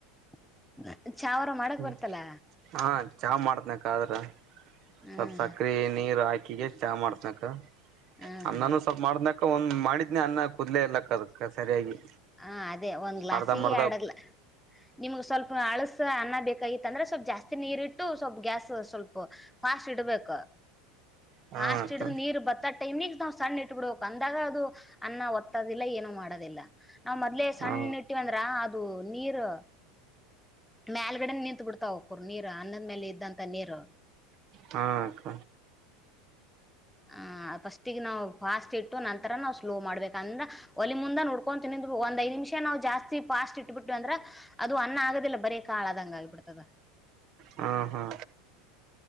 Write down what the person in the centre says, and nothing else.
<unintelligible> ಮಾಡಕ್
ಬರ್ತಲ್ಲ
ಹ್ಮ್
ಹ್ಮ್
ಹ್ಮ್
ಹಾಂ ಅದೇ ಒಂದ್ ಗ್ಲಾಸೀ
ಅಡಗ್ಲ ನಿಮ್ಗ್ ಸ್ವಲ್ಪ ಅಳಸ ಅನ್ನ ಬೇಕಾಗಿತ್ತಂದ್ರೆ ಸ್ವಲ್ಪ್ ಜಾಸ್ತಿ ನೀರ್ ಇಟ್ಟು ಸ್ವಲ್ಪ್ ಗ್ಯಾಸ್ ಸ್ವಲ್ಪ ಫಾಸ್ಟ್ ಇಡ್ಬೇಕು.
ಫಾಸ್ಟ್
ಇಡ್ದ ನೀರ್ ಬತ್ತ ಟೈಮ್ಗೆ ನಾವ್ ಸಣ್ ಇಟ್ಬಿಡ್ಬೇಕು ಅಂದಾಗ ಅದು ಅನ್ನ ಒತ್ತದಿಲ್ಲ ಏನು ಮಾಡೋದಿಲ್ಲ. ನಾವ್ ಮೊದ್ಲೆೇ ಸಣ್
ಇಟ್ಟಿವಂದ್ರ ಅದು ನೀರು ಮೇಲ್ಗಡೆ ನಿಂತ ಬಿಡ್ತಾವ ಹುಕ್ಕುರ್ ನೀರ ಅನ್ನದ್ ಮೇಲ್ ಇದ್ದಂತ ನೀರು.
ಆ ಫಸ್ಟಿಗ್ ನಾವು ಫಾಸ್ಟ್ ಇಟ್ಟು ನಂತರ ನಾವ್ ಸ್ಲೋ ಮಾಡ್ಬೇಕ್ ಅಂದ್ರ ಒಲಿ ಮುಂದ ನೋಡ್ಕೊಂತ ನಿಂದ್ಬೆಕ್ ಒಂದ್ ಐದ್ ನಿಮಿಷ ನಾವ್ ಜಾಸ್ತಿ ಫಾಸ್ಟ್ ಇಟ್ಬಿಟ್ವಿ ಅಂದ್ರ ಅದು ಅನ್ನ ಆಗದಿಲ್ಲ ಬರೇ ಕಾಳದಂಗ ಆಗ್ಬಿಡ್ತದ.